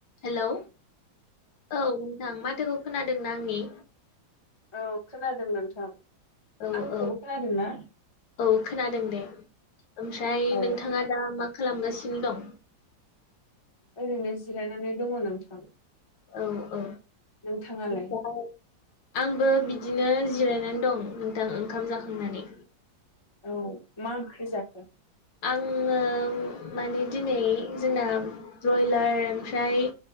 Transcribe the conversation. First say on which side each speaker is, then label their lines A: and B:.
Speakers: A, on the left; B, on the left.
A: हेलौ औ नोंथां माथोखौ खोनादों ना आंनि
B: औ खोनादों नोंथां।
A: औ
B: आंनिखौबो
A: औ
B: खोनादों ना
A: औ खोनादों दे ओमफ्राय
B: औ
A: नोंथाङा दा मा खालामगासिनो दं?
B: ओरैनो जिरायनानै दङ नोंथां।
A: औ औ
B: नोंथाङालाय
A: ओफ्राय आंबो बिदिनो जिरायनानै दं नोंथां ओंखाम जाखांनानै
B: औ मा ओंख्रि जाखो?
A: आंङो माने दिनै जोंना ब्रयलार ओमफ्राय